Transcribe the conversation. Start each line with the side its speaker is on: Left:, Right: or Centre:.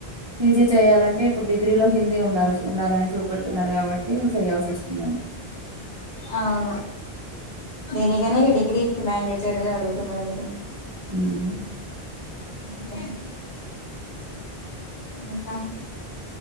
Right: పీజీ చేయాలంటే ఇప్పుడు డిగ్రీ డిగ్రీలో హిందీ ఉండాల్సి ఉండాలని చూపెడుతున్నారు కాబట్టి చేయాల్సి వస్తుందండి
Left: అవును దీనికనే డిగ్రీ ఇప్పుడు మండేటరీగా అడుగుతున్నారు కదండి
Right: ఉమ్
Left: అదిిక <inaudible> ఇంకా